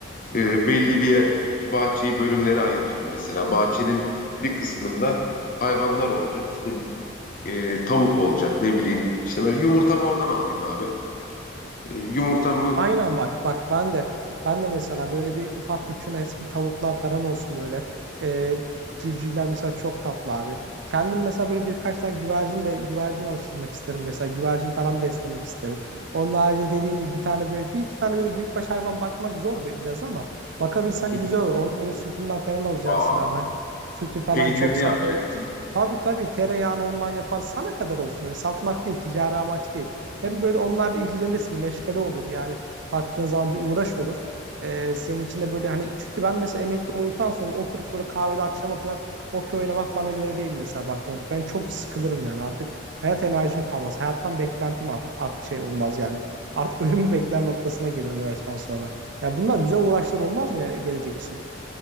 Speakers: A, on the left; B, on the right.
A: e, belli bir ye- bahçeyi bölümlere ayıracağım mesela. Bahçenin bir kısmında hayvanlar olacak. işte e, tavuk olacak ne bileyim. İşte böyle yumurtamı oradan alayım abi. E, yumurtamı
B: Aynen bak bak ben de ben de mesela böyle bir ufak bir kümes bir tavuklar falan olsun böyle Ee, civcivler mesela çok tatlı abi. Kendim mesela böyle birkaç tane güvercin be, güvercin alıştırmak isterim mesela güvercin falan beslemek isterim. Onun haricinde dediğin gibi bir tane böyle bir iki tane böyle büyükbaş hayvan bakmak zor bi- biraz ama bakabilsen
A: Hı hı.
B: güzel olur. Onun böyle sütünden falan alacaksın
A: Aa,
B: abi hani sütü falan
A: peynirini
B: çok sana
A: yapacaksın.
B: böyle tabii tabii tereyağını ondan yapar sana kadar olsun hani satmak değil ticari amaç değil. Hem böyle onlarla ilgilenirsin, meşgale olur. Yani Baktığın zaman bir uğraş olur. Ee, senin için de böyle hani çünkü ben mesela emekli olduktan sonra oturup böyle kahvede akşama kadar okey oynamak bana göre değil mesela baktığınız. Ben çok sıkılırım yani artık hayat enerjim kalmaz. Hayattan beklentim art, art şey olmaz yani. Artık ölümü bekler noktasına gelirim o yaştan sonra. Ya bunlar güzel uğraşlar olmaz mı yani gelecek için?